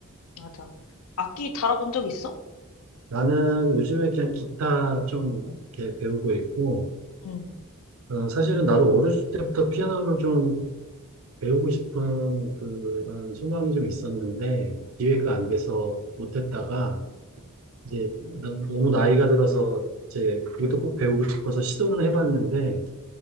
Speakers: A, on the left (about 75°); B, on the right (about 70°).
A: 맞아. 악기 다뤄본 적 있어?
B: 나는 요즘에 그냥 기타 좀 이렇게 배우고 있고
A: 응.
B: 어, 사실은 나도 어렸을 때부터 피아노를 좀 배우고 싶은 그런 소망이 좀 있었는데 기회가 안 돼서 못했다가 이제 너- 너무 나이가 들어서 이제 그것도 꼭 배우고 싶어서 시도는 해봤는데